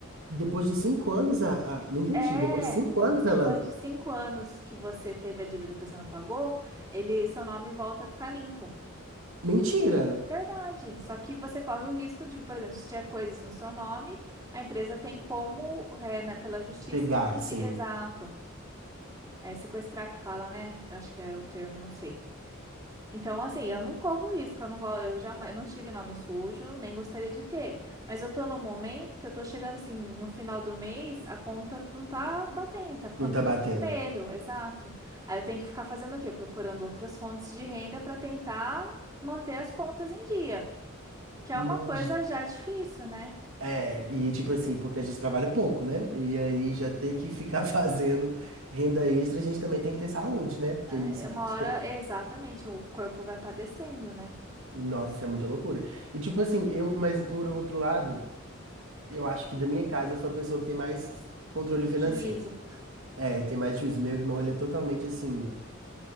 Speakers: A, on the right (about 70°); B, on the right (about 20°).
A: Depois de cinco anos, a, a- não entendi.
B: É,
A: Depois de cinco anos,
B: depois
A: ela.
B: de cinco anos que você teve a dívida que você não pagou, ele, seu nome volta a ficar limpo.
A: Mentira!
B: Verdade. Só que você corre o risco de, por exemplo, se tiver coisas no seu nome, a empresa tem como, é, né, pela justiça,
A: Pegar,
B: pedir-
A: assim,
B: exato. É sequestrar que fala, né? Eu Acho que é o termo, não sei. Então, assim, eu não corro risco, eu não, go- eu jamais, eu não tive nome sujo, nem gostaria de ter. Mas eu tô num momento que eu tô chegando assim, no final do mês, a conta não tá batendo, tá ficando
A: não tá
B: no
A: batendo.
B: vermelho, exato. Aí eu tenho que ficar fazendo o quê? Procurando outras fontes de renda para tentar manter as contas em dia. Que é
A: No-
B: uma coisa
A: gi-
B: já difícil, né?
A: É, e tipo assim, porque a gente trabalha pouco, né? E aí
B: Sim.
A: já ter que ficar <laughs> fazendo renda extra, a gente também tem que ter saúde, né? Porque
B: É,
A: isso
B: Uma
A: que eu
B: hora,
A: acho que é
B: é, exatamente, o corpo vai padecendo, né?
A: Nossa, isso é muita loucura. E tipo assim, eu, mas por outro lado, eu acho que da minha casa eu sou a pessoa que tem mais controle financeiro.
B: Juízo.
A: É, e tem mais juízo. Meu irmão, ele é totalmente assim,